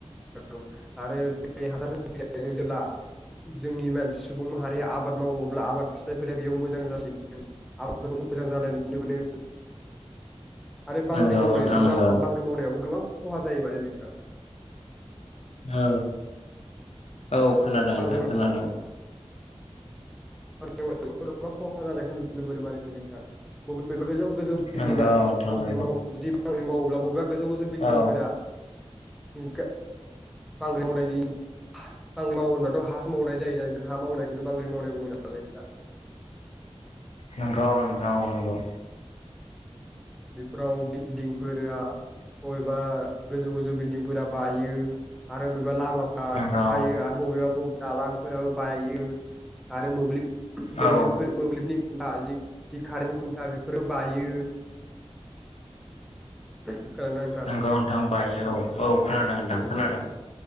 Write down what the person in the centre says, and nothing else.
औ आरो बे हासार होफैनायजों जेब्ला जोंनि मानसि सुबुं माहारिया आबाद मावो अब्ला आबाद फिथाइफोरा बेयाव मोजां जासिगोन। आबादफोरखौ मोजां जानाय नुनो मोनो आरो बांग्रि
मावनायजों
जाउ मावनायावबो गोबां खहा जायो माने नोंथा।
बांग्रि
बांग्रिं मावनायजों गोबां खहा जानायखौ नुनो मोनो माने नोंथां। बहुत बेबो गोजौ गोजौ बिल्डिङा
बांग्रिं
माव जुदि बांग्रिं मावोब्ला बबेबा गोजौ गोजौ बिल्दिंफोरा
गा बांग्रि मावनायनि बांग्रि मावो होनब्लाथ' हा सोमावनाय जायोना नोंथां हा मावनायखौनो बांग्रि मावनाय बुंजा मालै नोंथां
बेफोराव बिल्दिंफोरा बबेबा गोजौ गोजौ बिल्दिंफोरा बायो आरो बबेबा लामा आ
बुखायो आरो बबेबा बबेबा दालांफोराबो बायो आरो मोब्लिब मोब्लिबफोर
मोब्लिबनि खुन्था जि जि कारेन्ट खुन्था बेफोरो बायो। खोनादों ना नोंथां?
औ